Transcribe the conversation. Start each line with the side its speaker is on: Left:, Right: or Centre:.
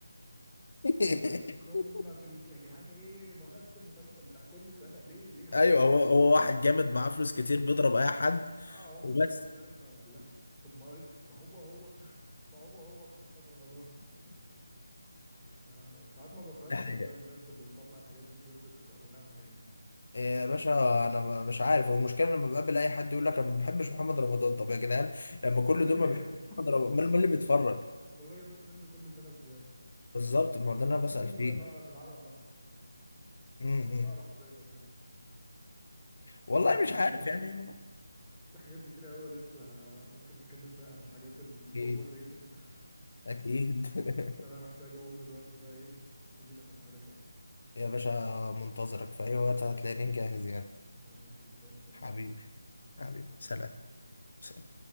Left: <laughs>
Centre: قمة قمة في ال... يا جدعان ايه ما هو نفس المسلسل بتاع كل سنة ليه ليه هايب
Left: ايوه هو هو واحد جامد معاه فلوس كتير بيضرب اي حد
Centre: اه عمدة
Left: وبس
Centre: وبتاع طب لا طب ما هو إف- ما هو هو <laughs> ما هو هو محمد رمضان <laughs> آه، ساعات ما بفهمش
Left: ده
Centre: والله الناس اللي بتطلع الحاجات دي ترند بيبقى بناء على ايه
Left: إيه يا باشا انا ما- مش عارف والمشكله لما بقابل اي حد يقول لك انا ما بحبش محمد رمضان طب يا جدعان لما كل
Centre: امال مين
Left: دول
Centre: اللي بيحبه
Left: ما بيحبوا محمد رمضان امال مين اللي بيتفرج
Centre: <laughs> امال الراجل ده ترند كل سنة ازاي
Left: بالظبط ما ده
Centre: بس
Left: اللي انا بسال
Centre: خلينا
Left: فيه
Centre: نقول ان هو بيلعبها صح بصراحة
Left: امم
Centre: بعرف ازاي يبقى ترند
Left: والله
Centre: آه، عامة
Left: مش عارف
Centre: يا كبير
Left: يعني
Centre: في حاجات كتير قوي لسه ممكن نتكلم فيها عن الحاجات الاوفر
Left: اكيد
Centre: ريتد <laughs>
Left: اكيد <laughs>
Centre: بس انا محتاج اقوم دلوقتي بقى ايه ولينا تكملة تاني
Left: يا باشا منتظرك في اي وقت هتلاقيني جاهز يعني
Centre: خلاص يا كبير زي الفل
Left: حبيبي حبيبي
Centre: مع السلامة
Left: سلام سلام.